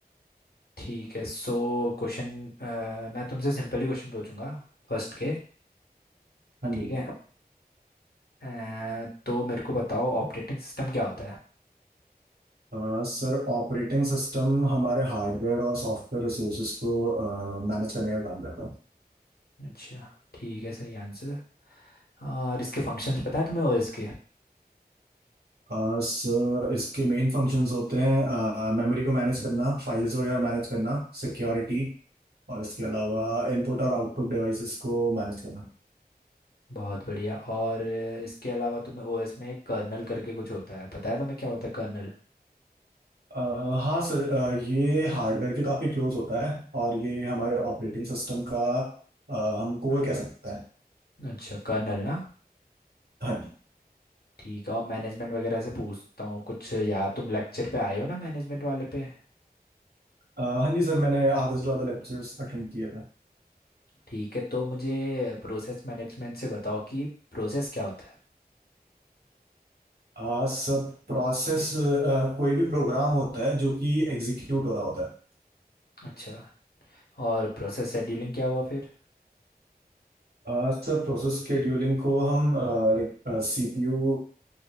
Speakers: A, on the left; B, on the right.
A: ठीक है सो क्वेश्चन मैं तुमसे सिंपल ही क्वेश्चन पूछूंगा फर्स्ट के
B: हाँ
A: ठीक
B: जी
A: है अ, तो मेरे को बताओ ऑपरेटिंग सिस्टम क्या होता है
B: आ, सर ऑपरेटिंग सिस्टम हमारे हार्डवेयर और सॉफ्टवेयर रिसोर्सेज को मैनेज करने का काम करता है
A: अच्छा ठीक है सही आंसर हाँ और इसके फंक्शंस पता है तुम्हें ओएस के
B: आ, सर इसके मेन फंक्शंस होते हैं मेमोरी को मैनेज करना फाइल्स वगैरह मैनेज करना सिक्योरिटी और इसके अलावा इनपुट और आउटपुट डिवाइसेस को मैनेज करना
A: बहुत बढ़िया और अ, इसके अलावा तुम्हें ओएस में एक कर्नल करके कुछ होता है पता है तुम्हें क्या होता है कर्नल
B: आ, हाँ सर आ, ये हार्डवेयर के काफ़ी क्लोज होता है और ये हमारे ऑपरेटिंग सिस्टम का आ, हम कोर कह सकते हैं
A: अच्छा कर्नल ना
B: हाँ जी
A: ठीक है और मैनेजमेंट वगैरह से पूछता हूँ कुछ यार तुम लेक्चर पे आए हो ना मैनेजमेंट वाले पे
B: आ, हाँ जी सर मैंने आधे से ज़्यादा लेक्चर्स अटेंड किया था
A: ठीक है तो मुझे प्रोसेस मैनेजमेंट से बताओ कि प्रोसेस क्या होता है
B: आ, सब प्रोसेस कोई भी प्रोग्राम होता है जो कि एग्जीक्यूट हो रहा होता है
A: अच्छा और प्रोसेस शेड्यूलिंग क्या हुआ फिर
B: अ, सर प्रोसेस स्केड्यूलिंग को हम लाइक सीपीयू